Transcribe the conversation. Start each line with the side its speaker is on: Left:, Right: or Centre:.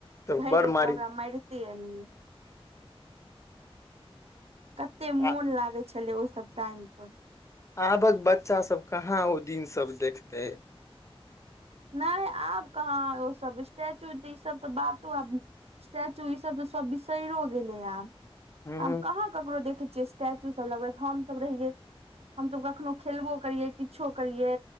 Left: तऽ
Right: भरि
Left: बड़
Right: रास्ता
Left: मारी
Right: तऽ ओकरा मारते आनये कते मोन
Left: आ
Right: लागे छले ओहि सब टाइम पर
Left: आबक बच्चा सब कहाँ ओ दिन सब देखते
Right: नहि आब कहाँ ओ सब स्टैचू ई सब तऽ बातो आब स्टैचू ई सब त सब बिसरो गेले ह आब
Left: हूं
Right: आब कहाँ ककरो देखे छियै स्टैचू सब लगबैत हमसब रहियै हमसब कखनो खेलबो करियए किछो करिये